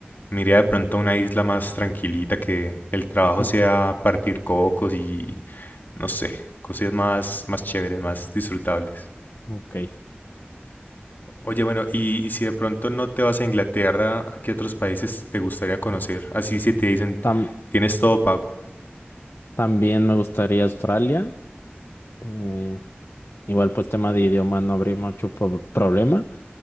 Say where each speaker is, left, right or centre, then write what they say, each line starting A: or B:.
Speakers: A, on the left; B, on the left.
A: Me iría de pronto a una isla más tranquilita que el trabajo
B: Mm,
A: sea partir cocos y no sé, cosas más, más chéveres, más disfrutables.
B: Ok.
A: Oye, bueno, y, y si de pronto no te vas a Inglaterra, ¿a qué otros países te gustaría conocer? Así si te dicen,
B: Tam-
A: tienes todo pago.
B: También me gustaría Australia. eh, igual pues tema de idioma no habría mucho po- problema.